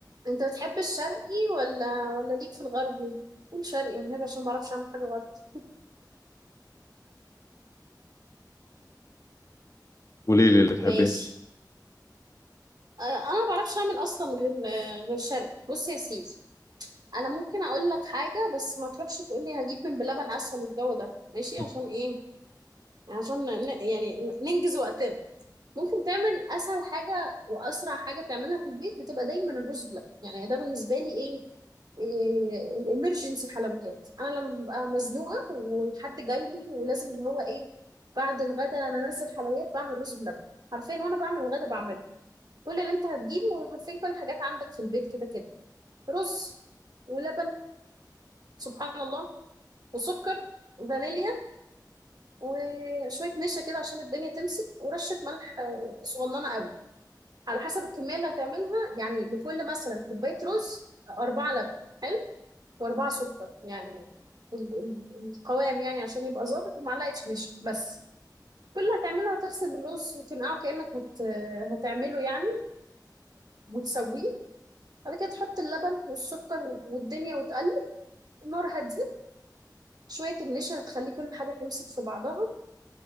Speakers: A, on the right; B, on the left.
A: انت بتحب الشرقي ولا ولا ليك في الغربي قول شرقي والنبي عشان ما بعرفش اعمل حاجه غلط
B: قولي لي اللي تحبيه
A: ماشي آه، انا ما بعرفش اعمل اصلا غير آه، غير شرقي بص يا سيدي انا ممكن اقول لك حاجه بس ما تروحش تقول لي هجيب من بلبن اسهل الجو ده ماشي
B: <laughs>
A: عشان ايه عشان ن- يعني ننجز وقتنا ممكن تعمل اسهل حاجه واسرع حاجه تعملها في البيت بتبقى دايما الرز بلبن يعني ده بالنسبه لي ايه إيه الامرجنسي حلويات انا لما ببقى مزنوقه وحد جاي لي ولازم اللي هو ايه بعد الغدا انا انزل حلويات بعمل رز بلبن حرفيا وانا بعمل الغدا بعمله كل اللي انت هتجيبه حرفيا كل الحاجات عندك في البيت كده كده رز ولبن سبحان الله وسكر فانيليا وشويه نشا كده عشان الدنيا تمسك ورشه ملح آه، صغننه قوي على حسب الكمية اللي هتعملها يعني لكل مثلا كوباية رز أربعة لبن حلو وأربعة سكر يعني ال- ال- القوام يعني عشان يبقى ظابط ومعلقة نشا بس كل اللي هتعملها هتغسل الرز وتنقعه كأنك هت... هتعمله يعني وتسويه بعد كده تحط اللبن والسكر والدنيا وتقلب النار هتزيد شوية النشا هتخلي كل حاجة تمسك في بعضها